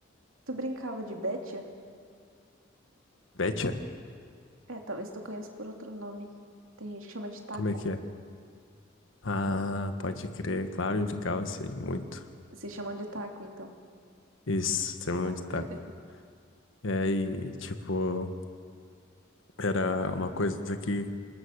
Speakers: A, on the right; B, on the left.
A: Tu brincava de Betia?
B: Betcha?
A: É, talvez tu conheça por outro nome. Tem gente que chama de taco.
B: Como é que é? Ah, pode crer, claro, eu brincava assim, muito.
A: Se chamam de taco, então.
B: Isso, extremamente
A: Taco.
B: taco.
A: <laughs>
B: É, e tipo, era uma coisa que,